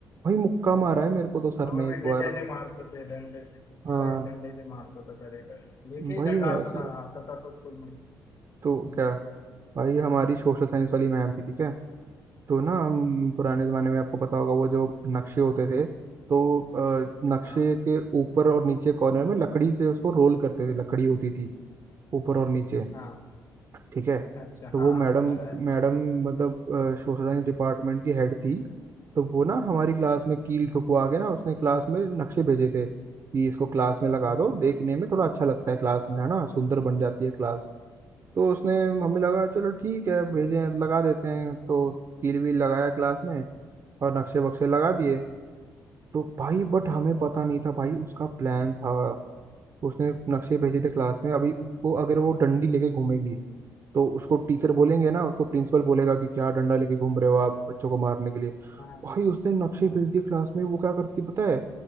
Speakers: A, on the right (about 45°); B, on the left (about 55°).
A: भाई मुक्का
B: हम-
A: मारा है मेरे को तो सर
B: हमें
A: ने
B: भी
A: एक बार
B: डंडे से मारते थे डंडे से हमारा
A: हाँ
B: एक डंडे से मारता था सर एक लेके ही
A: भाई
B: डंडा
A: ये
B: आता
A: ऐसे
B: था आता था तो स्कूल में
A: तो
B: हम्म,
A: क्या भाई हमारी सोशल साइंस वाली मैम थी ठीक है तो ना हम पुराने
B: हम्म,
A: जमाने में आपको पता होगा वो जो नक्शे होते थे तो अ, नक्शे
B: हाँ
A: के ऊपर और नीचे कॉर्नर में लकड़ी से उसको रोल करते थे लकड़ी होती थी ऊपर और नीचे
B: हाँ
A: ठीक है
B: अच्छा
A: तो
B: हाँ
A: वो मैडम
B: हाँ याद आया
A: मैडम
B: हाँ
A: मतलब सोशल साइंस डिपार्टमेंट की हेड थी तो वो ना हमारी क्लास में कील ठुकवा के ना उसने क्लास में नक्शे भेजे थे कि इसको क्लास में लगा
B: हम्म,
A: दो देखने में थोड़ा अच्छा लगता है क्लास में है ना सुंदर बन जाती है क्लास तो उसने हमें लगा चलो ठीक है भेजे हैं लगा देते हैं तो कील वील लगाया क्लास में और नक्शे वक्शे लगा दिए तो भाई बट हमें पता नहीं था भाई उसका प्लान था उसने नक्शे भेजे थे क्लास में अभी उसको अगर वो डंडी लेके घूमेगी तो उसको टीचर बोलेंगे ना उसको प्रिंसिपल बोलेगा कि क्या डंडा लेके घूम रहे हो आप बच्चों को मारने के लिए
B: हाँ
A: भाई उसने नक्शे
B: हाँ
A: भेज दिए क्लास में वो क्या करती पता है